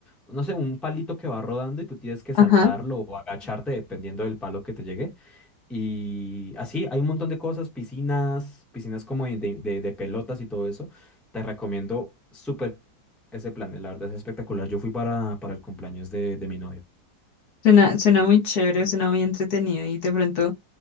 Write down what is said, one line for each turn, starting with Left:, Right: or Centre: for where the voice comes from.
Centre: no sé, un palito que va rodando y tú tienes que
Left: ajá.
Centre: saltarlo o agacharte dependiendo del palo que te llegue. Y así, hay un montón de cosas, piscinas, piscinas como de, de- de- de pelotas y todo eso. Te recomiendo súper ese plan, eh, la verdad es espectacular. Yo fui para, para el cumpleaños de, de mi novia.
Left: Suena, suena muy chévere, suena muy entretenido y de pronto,